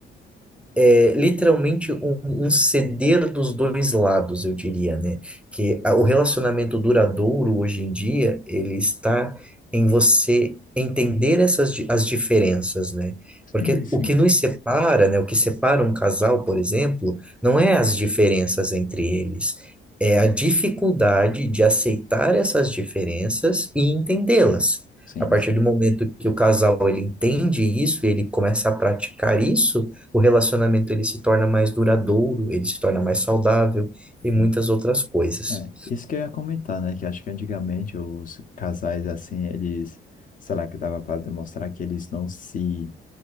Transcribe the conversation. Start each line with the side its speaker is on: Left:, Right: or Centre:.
Centre: é literalmente um, um ceder dos dois lados, eu diria, né? Que a- o relacionamento duradouro hoje em dia, ele está em você entender essas di- as diferenças, né? Porque
Left: Sim, sim,
Centre: o que nos separa, né? O que separa um casal, por exemplo, não é as diferenças entre eles, é a dificuldade de aceitar essas diferenças e entendê-las.
Left: sim,
Centre: A partir
Left: sim.
Centre: do momento que o casal ele entende isso, ele começa a praticar isso, o relacionamento ele se torna mais duradouro, ele se torna mais saudável e
Left: Uhum.
Centre: muitas outras coisas.
Left: É, isso que eu ia comentar, né? Que acho que antigamente os casais, assim, eles, sei lá, que dava para demonstrar que eles não se.